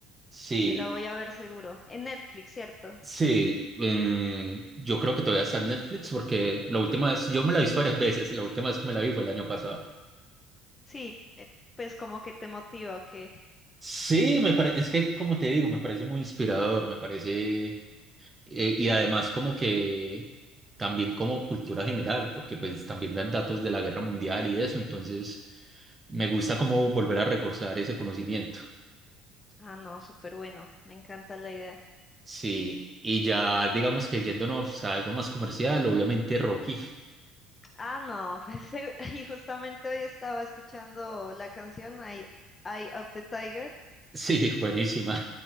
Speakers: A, on the right (about 15°); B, on the left (about 20°).
A: Sí,
B: Me la voy a ver seguro. En Netflix, ¿cierto?
A: sí, eh, yo creo que todavía está en Netflix porque la última vez, yo me la vi varias veces, la última vez que me la vi fue el año pasado.
B: Sí, eh, pues como que te motiva, o qué?
A: Sí, me parece, es que como te digo, me parece muy inspirador, me parece, eh, y además como que también como cultura general, porque pues también dan datos de la guerra mundial y eso, entonces me gusta como volver a reforzar ese conocimiento.
B: Ah, no, súper bueno. Me encanta la idea.
A: Sí, y ya digamos que yéndonos a algo más comercial, obviamente Rocky.
B: Ah, no, pues <laughs> y justamente hoy estaba escuchando la canción Eye, Eye of the Tiger.
A: Sí, buenísima.